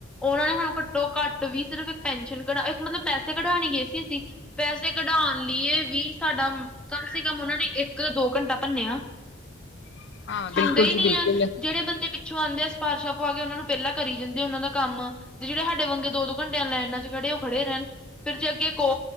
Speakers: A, in the centre; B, on the left.
A: ਓਨਾਂ ਨੇ ਸਾਨੂੰ ਘੱਟੋ-ਘੱਟ ਵੀ, ਸਿਰਫ ਇੱਕ ਪੈਨਸ਼ਨ ਕਢਾ, ਇੱਕ ਮਤਲਬ ਪੈਸੇ ਕਢਾਣ ਈ ਗਏ ਸੀ ਅਸੀਂ। ਪੈਸੇ ਕਢਾਣ ਲੀਏ ਵੀ ਸਾਡਾ, ਕਮ ਸੇ ਕਮ ਓਨਾਂ ਨੇ, ਇੱਕ ਯਾ ਦੋ ਘੰਟਾ ਭੰਨਿਆ।
B: <inaudible>
A: ਸੁਣਦੇ
B: ਬਿਲਕੁਲ
A: ਈ
B: ਜੀ
A: ਨੀ
B: ਬਿਲਕੁਲ।
A: ਯੈ, ਜੇੜੇ ਬੰਦੇ ਪਿ ਛੋ ਆੰਦੇ ਐ, ਸਿਪਾਰਸ਼ਾਂ ਪਵਾ ਕੇ, ਓਨਾ ਨੂੰ ਪੈਲਾਂ ਕਰੀ ਜਾਂਦੇ, ਔਨਾਂ ਦਾ ਕੰਮ ਤੇ ਜਿੜੇ ਹ ਕਡੇ ਵੰਗੇ ਦੋ-ਦੋ ਘੰਟਿਆਂ ਲਾਈਨਾਂ ਚ ਖੜੇ ਉਹ, ਖੜੇ ਰੈਣ, ਫੇਰ ਜੇ ਅੱਗੇ ਕੋ